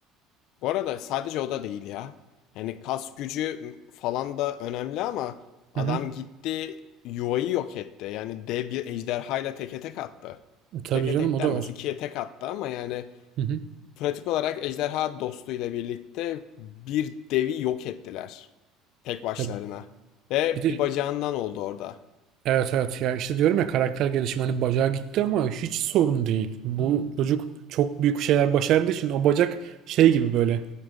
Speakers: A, on the left (about 70°); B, on the right (about 60°).
A: Bu arada sadece o da değil ya. Hani kas gücü falan da önemli ama
B: Hı
A: adam
B: hı.
A: gitti yuvayı yok etti. Yani dev bir ejderhayla teke tek attı.
B: E, Tabii
A: Teke
B: canım
A: tek
B: o
A: denmez.
B: da var.
A: ikiye tek attı ama yani
B: Hı hı.
A: pratik olarak ejderha dostuyla birlikte bir devi yok ettiler. Tek başlarına.
B: Ya
A: Ve
B: bir de
A: bir bacağından oldu orada.
B: evet evet ya işte diyorum ya karakter gelişimi hani bacağı gitti ama hiç sorun değil. Bu çocuk çok büyük şeyler başardığı için o bacak şey gibi böyle